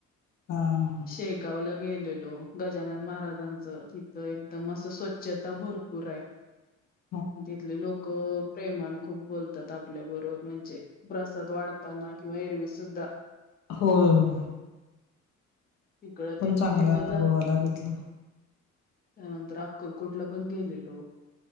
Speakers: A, on the left; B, on the left.
A: हां.
B: शेगांवला गेलेलो. गजानन महाराजांचं तिथं एकदम असं स्वच्छता भरपूर आहे.
A: <inaudible>
B: तिथले लोक प्रेमान खूप बोलतात आपल्याबरोबर म्हणजे प्रसाद वाढताना किंवा एरवीसुद्धा.
A: हो, हो.
B: तकड ति
A: चांगला
B: तिथ
A: अनुभव
B: जा
A: आला तिथला
B: त्यानंतर अक्कलकोटला पण गेलेलो